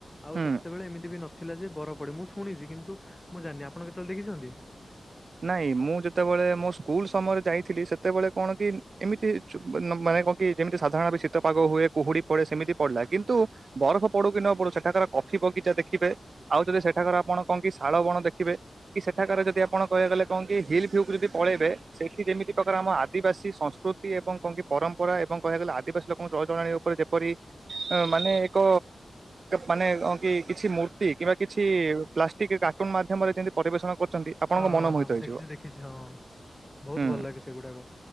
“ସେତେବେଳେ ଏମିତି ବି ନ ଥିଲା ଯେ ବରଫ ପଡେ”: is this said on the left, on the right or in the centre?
Left